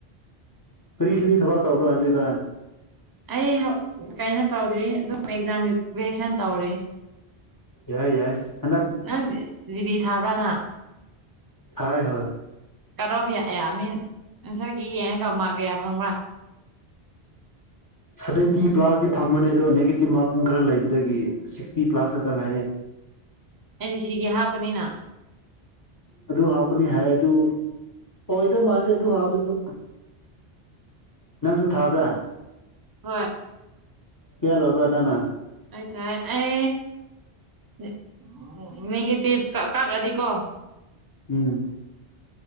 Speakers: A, on the left (about 35°); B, on the right (about 30°).
A: ꯀꯔꯤ ꯀꯔꯤ ꯊꯕꯛ ꯇꯧꯕ꯭ꯔꯥ ꯍꯧꯖꯤꯛꯀꯥꯟ
B: ꯑꯩ ꯍꯧ ꯀꯩꯅꯣ ꯇꯧꯗ꯭ꯔꯤ ꯑꯗꯨꯝ ꯑꯦꯛꯖꯥꯝꯒꯤ ꯄ꯭ꯔꯤꯄꯦꯔꯦꯁꯟ ꯇꯧꯔꯤ
A: ꯌꯥꯏ ꯌꯥꯏ ꯍꯟꯗꯛ
B: ꯅꯪ ꯖ ꯖꯤꯗꯤ ꯊꯥꯕ꯭ꯔꯥ ꯅꯪ
A: ꯊꯥꯏ ꯍꯣꯏ
B: ꯀꯩꯅꯣꯗꯤ ꯑꯦ ꯑꯥ ꯃꯤꯟ ꯑꯟꯁꯔꯒꯤ ꯌꯦꯡꯉꯒ ꯃꯥꯛ ꯀꯌꯥ ꯐꯪꯕ꯭ꯔꯥ
A: ꯁꯚꯦꯟꯇꯤ ꯄ꯭ꯂꯥꯁꯇꯤ ꯐꯪꯕꯅꯦ ꯑꯗꯣ ꯅꯦꯒꯦꯇꯤꯞ ꯃꯥꯔꯀꯤꯡ ꯈꯔ ꯂꯩꯕꯗꯒꯤ ꯁꯤꯛꯁꯇꯤ ꯄ꯭ꯂꯥꯁ ꯈꯛꯇ ꯉꯥꯏꯔꯦ
B: ꯑꯦꯟꯁꯤꯒꯤ ꯍꯥꯞꯀꯅꯤꯅ
A: ꯑꯗꯨ ꯍꯥꯞꯀꯅꯤ ꯍꯥꯏ ꯑꯗꯨ ꯑꯣꯏꯗꯧ ꯃꯥꯟꯗꯦ ꯑꯗꯨ ꯍꯥꯞꯄꯗꯨ ꯅꯪꯁꯨ ꯊꯥꯕ꯭ꯔꯥ
B: ꯍꯣꯏ
A: ꯀꯤꯌꯥ ꯂꯧꯕ꯭ꯔꯥ ꯅꯪꯅ
B: ꯑꯩ ꯊꯥꯏ ꯑꯦ ꯅꯦ ꯅꯦꯒꯦꯇꯤꯞ ꯀꯛ ꯀꯛꯑꯗꯤꯀꯣ
A: ꯎꯝ